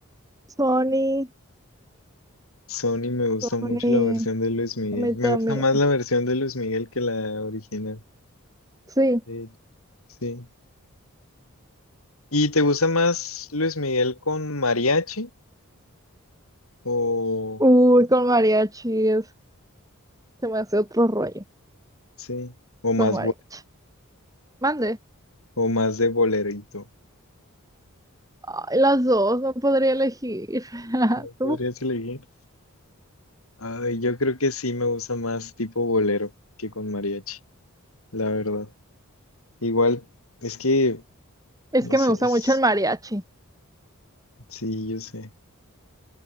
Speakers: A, on the right; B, on the left.
A: Sony,
B: Sony me gusta
A: Sony,
B: mucho la versión de Luis Miguel.
A: a mí también.
B: Me gusta más la versión de Luis Miguel que la original.
A: Sí.
B: de hecho. Sí. ¿Y te gusta más Luis Miguel con mariachi o
A: Uy, con mariachi es, se me hace otro rollo.
B: sí, o más
A: Con mariachi.
B: bo-
A: Mande.
B: o más de bolerito?
A: Ay, las dos, no podría elegir. <laughs>
B: ¿No
A: ¿Tú?
B: podrías elegir? Ay, yo creo que sí me gusta más tipo bolero que con mariachi, la verdad. Igual, es que,
A: Es
B: no
A: que
B: sé,
A: me gusta
B: es-
A: mucho el mariachi.
B: sí, yo sé.